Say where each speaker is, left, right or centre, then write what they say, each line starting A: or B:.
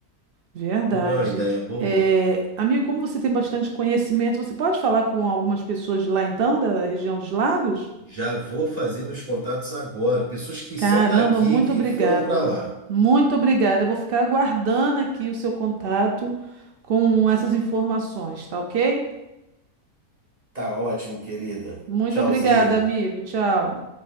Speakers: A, on the right; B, on the right.
A: verdade.
B: Não é uma ideia boa?
A: É, amigo, como você tem bastante conhecimento, você pode falar com algumas pessoas de lá então, da região dos lagos?
B: Já vou fazer meus contatos agora. Pessoas que
A: Caramba,
B: são daqui
A: muito
B: que
A: obrigada.
B: foram para lá.
A: Muito obrigada. Eu vou ficar aguardando aqui o seu contato com essas informações, tá ok?
B: Tá ótimo, querida.
A: Muito
B: Tchauzinho.
A: obrigada, amigo. Tchau.